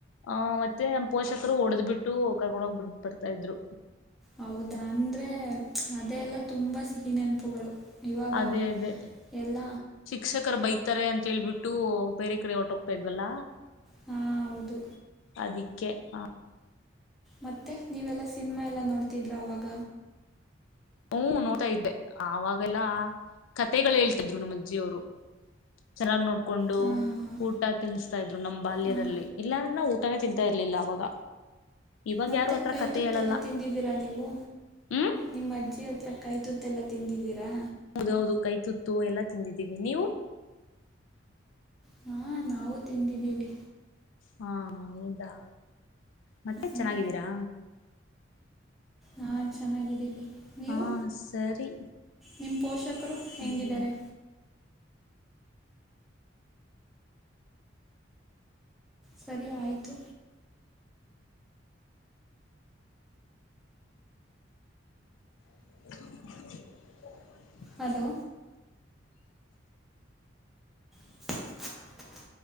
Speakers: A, on the left; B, in the centre.
A: ಆ ಮತ್ತೆ ನಮ್ಮ ಪೋಷಕರು ಒಡೆದ್ ಬಿಟ್ಟು ಕರ್ಕೊಂಡು ಹೋಗ್ ಬಿಡ್ಬಡ್ತಾ ಇದ್ರು.
B: ಹೌದಾ ಅಂದ್ರೆ ಅದೆ ಎಲ್ಲ ತುಂಬಾ ಸಿಹಿ ನೆನಪುಗಳು. ಇವಾಗ
A: ಅದೇ ಅದೇ
B: ಎಲ್ಲ
A: ಶಿಕ್ಷಕರು ಬೈತಾರೆ ಅಂತೇಳ್ಬಿಟ್ಟು ಬೇರೆ ಕಡೆ ಹೊಟ್ಟೊಗ್ತಾ ಇದ್ವಲ್ಲ.
B: ಹಾ ಹೌದು
A: ಅದಿಕ್ಕೆ ಹ
B: ಮತ್ತೆ ನೀವೆಲ್ಲಾ ಸಿನಿಮಾ ಎಲ್ಲಾ ನೋಡ್ತಿದ್ರಾ ಅವಾಗ.
A: ಹ್ಮ ನೋಡ್ತಾ ಇದ್ದೆ ಆವಾಗೆಲ್ಲ ಕತೆಗಳು ಹೇಳ್ತಿದ್ರು ನಮ್ಮ ಅಜ್ಜಿಯವರು. ಚೆನ್ನಾಗಿ ನೋಡ್ಕೊಂಡು
B: ಹಾಂ ಹಾಂ ಹಾಂ
A: ಊಟ್ ಟ ತಿನಿಸ್ತಾ ಇದ್ರು ನಮ್ಮ್ ಬಾಲ್ಯದಲ್ಲಿ
B: ಹಾಂ
A: ಇಲ್ಲಾಂದ್ರೆ ನಾ ಊಟಾನೇ ತಿಂತಾ ಇರ್ಲಿಲ್ಲ ಅವಾಗ. ಇವಾಗ
B: ಮತ್ತೆ
A: ಯಾರು ಆತರ
B: ಕೈ
A: ಕತೆ
B: ತುತ್ತೆಲ್ಲ
A: ಹೇಳಲ್ಲ
B: ತಿಂದಿದ್ದೀರಾ ನೀವು.
A: ಹ್ಮ್
B: ನಿಮ್ಮ ಅಜ್ಜಿ ಹತ್ರ ಕೈ ತೂತೆಲ್ಲ ತಿಂದಿದ್ದೀರಾ.
A: ಹೌದೌದು ಕೈ ತುತ್ತು ಎಲ್ಲಾ ತಿಂದಿದ್ದೀವಿ ನೀವು.
B: ಹಾ ನಾವು ತಿಂದಿದ್ದೀವಿ.
A: ಹಾ ಹೌದಾ ಮತ್ತೆ
B: ಹ್ಮ್.
A: ಚೆನ್ನಾಗಿದ್ದೀರಾ.
B: ಹಾ ಚೆನ್ನಾಗಿದ್ದೀವಿ ನೀವು
A: ಹಾ ಸರಿ
B: ನಿಮ್ ಪೋಷಕರು ಹೆಂಗಿದ್ದಾರೆ.
A: ಹ್ಮ್
B: ಸರಿ ಆಯ್ತು
A: ಹ
B: ಹಲೋ <unintelligible>